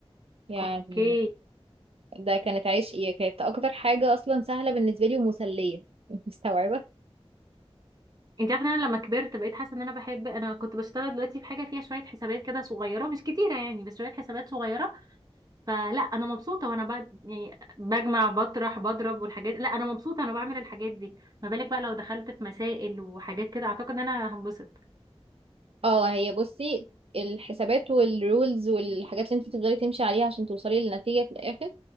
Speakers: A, on the right; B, on the right.
A: يعني
B: اوكي
A: ده كانت عشقي كانت اكتر حاجة اصلا سهلة بالنسبة لي ومسلية <laughs> مستوعبة
B: انت عارفه إن انا لما كبرت بقيت حاسه ان انا بحب انا كنت بشتغل دلوقتي في حاجه فيها شويه حسابات كده صغيره مش كتيره يعني بس شويه حسابات صغيره فلا انا مبسوطه وانا ب... يعني بجمع بطرح بضرب والحاجات لا انا مبسوطه انا بعمل الحاجات دي ما بالك بقى لو دخلت في مسائل وحاجات كده اعتقد ان انا هنبسط
A: اه هي بصي الحسابات والرولز والحاجات اللي انت تفضلي تمشي عليها عشان توصلي للنتيجة في الآخر